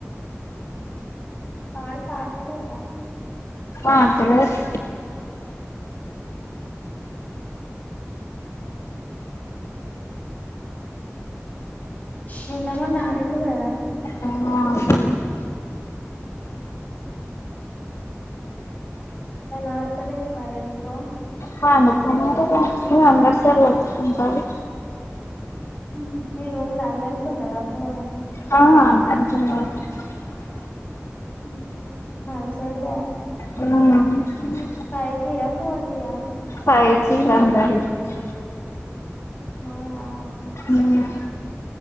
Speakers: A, on the left; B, on the left.
A: పారు పాడుతలేదా
B: ఆ తెల్వది
A: నిన్న మొన్న ఆడిల్లు కదా
B: ఆ అసలు
A: <inaudible> వాళ్ళు అడుతలేరు మరి ఎందుకో
B: పండుకున్నారు ఉన్నరు ఇగ అందరు సైలెంట్ గా ఉంటారు
A: హ్మ్మ్ మీ రూమ్ లో అందరికున్నదా ఫోన్
B: ఆ <unintelligible>
A: హ్మ్మ్ మంచోల్లే
B: ఆ అవును మీ
A: ఫైవ్ జియా ఫోర్జియా
B: ఫైవ్ జీ <unintelligible>
A: అవునా
B: ఉమ్